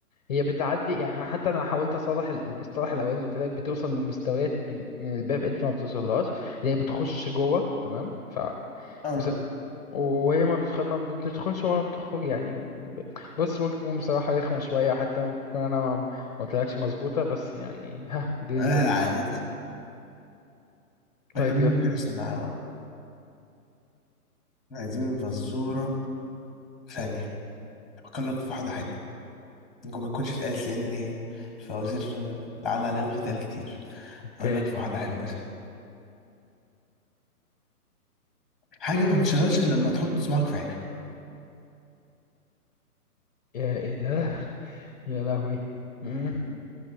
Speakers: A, on the left; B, in the centre.
A: هي بتعدي يعني أنا حتى انا حاولت اصلح ال- المصطلح الاولاني اللي قلت لك بتوصل لمستويات من من الباب انت ما بتوصلهاش اللي هي بتخش جوه تمام ف
B: اه
A: بس وهي ما, بتخ... ما بتدخلش ولا بتخرج يعني من الباب بص ممكن يكون بصراحة رخمة شوية حتى ممكن يكون انا ما ما قلتلكش مظبوطة بس يعني <laughs> ها دي
B: لا
A: اللي كنت
B: العاده دي
A: طيب
B: اللي ممكن
A: يلا
B: نستنى على- عايزين فزوره ثانيه افكر لك في واحده حلوه ممكن ما تكونش اتقالت لان ايه الفوازير آه، القعده عليها بتتقال كتير
A: اوكي
B: اقول لك في واحده حلوه مثلا حاجة ما بتشتغلش إلا لما تحط صباعك في عينها
A: يا ايه ده يا لهوي مم.